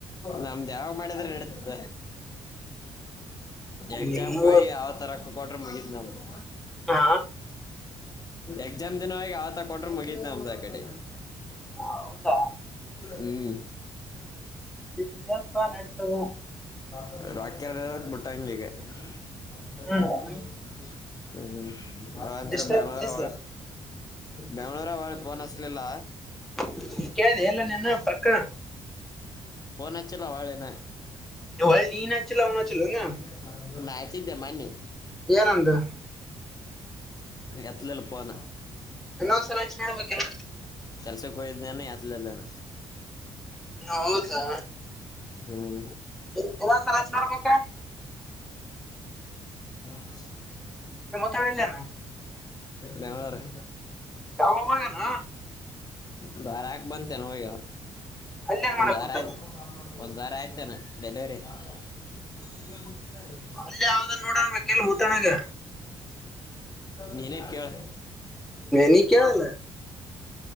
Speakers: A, on the left; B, in the centre.
A: ನಮ್ದ್ ಯಾವ್ ಮಾಡಿದ್ರ ನಡತ್ ಎಕ್ಸಾಮ್
B: ನಿಮ್ಮೂರ್
A: <unintelligible> ಯಾವತ್ತು ರೊಕ್ಕ ಕೊಟ್ರೆ ಮುಗಿದ ನಮಗೆ
B: ಹಾ
A: ಎಕ್ಸಾಮ್ ದಿನವಾಗಿ ಯಾವತ್ತು ಕೊಟ್ರೆ ಮುಗೀತ್ನ ಅಮ್ದ್ ಆ ಕಡೆ
B: ಹೌದಾ
A: ಹ್ಮ್
B: ನಿಮ್ದೇನ್ ಪ ನಡಿತದೆ
A: <unintelligible> ಬಿಟ್ಟ ಹಂಗಗೆ ಹ್ಮ
B: ಹ್ಮ್
A: ಹ್ಮ್ ಹಾಂತರ
B: ಎಷ್ಟ
A: ಬಂಗಳೋರಾವ
B: ಬೇಸ
A: ಬಂಗಳೋರಾ ವರ್ಲ್ಡ್ ಫೋನ್ ಹಚ್ಲಿಲ್ಲ
B: <unintelligible> ಎಲ್ಲ ನನ ಪಕ್ಕ
A: ಫೋನ್ ಹಚ್ಚಿಲ್ಲ ಅವಳಿನ್ನ
B: ಒಳ್ಳಿ ನೀನ್ ಹಚ್ಚಿಲ್ಲ
A: ನನ್ನಚ್ಚಿದೆ
B: ಅವ್ನು ಹಚ್ಚಿಲ್ಲನ
A: ಮೊನ್ನಿ
B: ಏನಂದು
A: ಎತ್ಲಿಲ್ಲ ಫೋನ್
B: ಇನ್ನೊಂದ್ಸಲ ಹಚ್ಚಿ ನೋಡ್ಬೇಕಿಲ್ಲ
A: ಕೆಲ್ಸಕ್ಕೆ ಹಯಿದ್ನೇನ ಯತ್ದಲ್ಲನ
B: ಹೌದಾ
A: ಹ್ಮ್
B: ಇನ್ನೊಂದ್ಸಲ ಹಚ್ಚಿ ನೋಡ್ಬೇಕ
A: <unintelligible>
B: ನಿ ಮತ್ತವೆ ಎಲ್ಲಯನ
A: ಬೆಂಗಳೂರು
B: ಯಾವಾಗ ಹೋಗ್ಯಾನ
A: ಒಂದು ವರ ಹಾಕ ಬಂತೇ ನ ಈಗ
B: ಅಲ್ಲಿ ಏನ್ ಮಾಡಕ್
A: ಒಂದು
B: ಕುಂತಾನ
A: ಅರ ಆಯ್ತು ಒಂದ್ ವಾರ ಆಯ್ತೇನ ಡೆಲಿವರಿ <unintelligible>
B: ಅಲ್ಲಿ ಯಾವ್ದನ್ ನೋಡನ್ಬೇಕಿಲ್ ಮುತ್ತಣಗ
A: ನೀನ ಕೇಳ್
B: ನೀ ಕೇಳಲ್ಲ